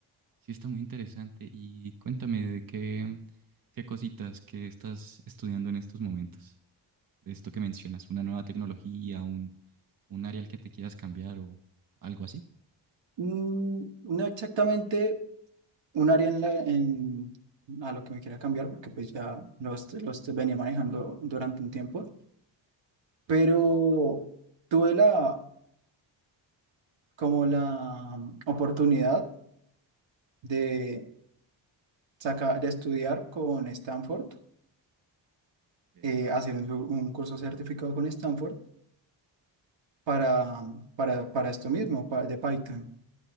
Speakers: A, on the right (about 45°); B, on the right (about 70°).
A: Sí, está muy interesante. Y cuéntame de qué, qué cositas que estás estudiando en estos momentos. de esto que mencionas, una nueva tecnología, un, un área al que te quieras cambiar o algo así.
B: Mm, no exactamente un área en la, en, a lo que me quería cambiar, porque pues ya los, los venía manejando durante un tiempo, pero tuve la, como la oportunidad de, sacar, de estudiar con Stanford,
A: Ok.
B: eh, hacer un, un curso certificado con Stanford para, para, para esto mismo, pa- de Python.